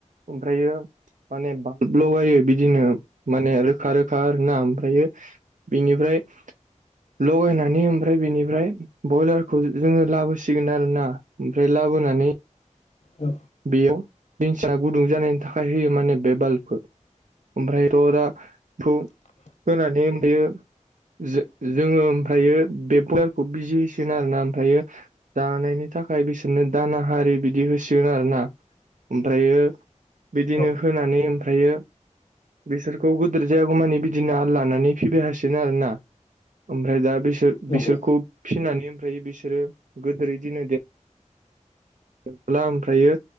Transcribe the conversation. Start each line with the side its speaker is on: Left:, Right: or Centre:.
Right: ओमफ्रायो माने बा लगायो बिदिनो माने रोखा रोख खा आरोना ओमफ्रायो बिनिफ्राय लगायनानै ओमफ्राय बेनिफ्राय बयलारखौ जोङो लाबोसिगोन आरोना ओमफ्राय लाब लाबोनानै
Left: औ
Right: बेयाव बेंसिदा गुदुं जानायनि थाखाय होयो माने बे बाल्बखौ ओमफ्राय ररा थु होनानै ओमफ्रायो जो-जोङो ओमफ्रायो बे बयलारखौ बिजि होसिगोन आरोना ओमफ्रायो जानाय नि थाखाय बिसोरनो दाना हारि बिदि होसि गोन आरोना ओमफ्रायो बिदिनो
Left: औ
Right: होनानै ओमफ्रायो बिसोरखौ गोदोर जायागौमानि बिदिना आल लानानै फिबाय थासिगोन आरोना ओमफ्राय दा बिसोर
Left: नंगौ
Right: बिसोरखौ फिनानै ओमफ्राय बिसोरो गोदोरै दिनो दे माब्ला ओमफ्रायो